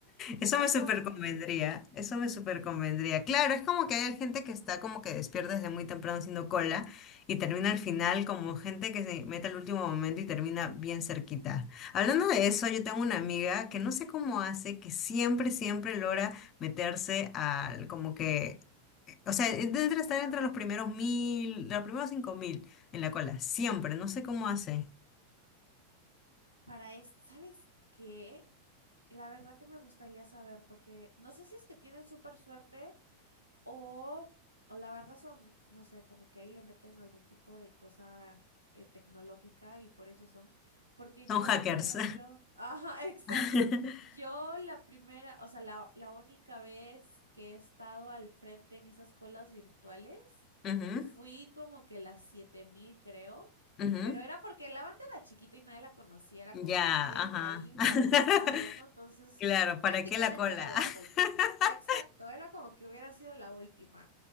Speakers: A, on the left; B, on the right.
A: Eso
B: ¿De
A: me
B: dónde?
A: súper convendría, eso me súper convendría. Claro, es como que hay gente que está como que despierta desde muy temprano haciendo cola y termina
B: Ujú,
A: al final como gente que se mete al último momento y termina bien cerquita. Hablando de eso, yo tengo una amiga que no sé cómo hace, que siempre, siempre logra meterse al como que, o sea, e, debe estar
B: Ajá.
A: entre los primeros mil, los primeros cinco mil en la cola, siempre, no sé cómo hace.
B: Para esto, ¿sabes qué? La verdad que me gustaría saber, porque no sé si es que tienen súper suerte. O, o la verdad son, no sé, como que ahí le meten algún tipo de cosa eh, tecnológica y por eso son. Porque
A: Son
B: yo,
A: hackers.
B: por ejemplo, <laughs> ajá, exacto.
A: <laughs>
B: Yo la primera, o sea, la, la única vez que he estado al frente en esas colas virtuales,
A: Ujú,
B: fui como que las 7000 creo.
A: ujú.
B: Pero era porque la banda era chiquita y nadie la conocía, era
A: Ya,
B: como que nadie
A: ajá.
B: iba a ir
A: <laughs>
B: a donde estaba yendo, entonces
A: Claro,
B: Prácticamente
A: ¿para qué la cola?
B: era la última.
A: <laughs>
B: Exacto, era como que hubiera sido la última.